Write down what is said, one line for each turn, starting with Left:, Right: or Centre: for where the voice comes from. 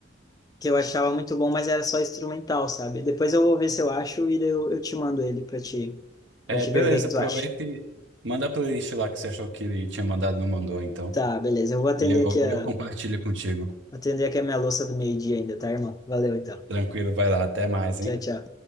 Left: que eu achava muito bom, mas era só instrumental, sabe? Depois eu vou ver se eu acho e daí eu, eu te mando ele para te,
Right: é,
Left: para te
Right: beleza,
Left: ver o que que
Right: aproveita
Left: tu acha.
Right: e manda a playlist lá que você achou que tinha mandado e não mandou, então.
Left: Tá, beleza. Eu vou atender
Right: E eu,
Left: aqui
Right: e
Left: a,
Right: eu compartilho contigo.
Left: atender aqui a minha louça do meio-dia ainda, tá, irmão? Valeu então.
Right: Tranquilo, vai lá. Até mais,
Left: Tchau,
Right: hein?
Left: tchau.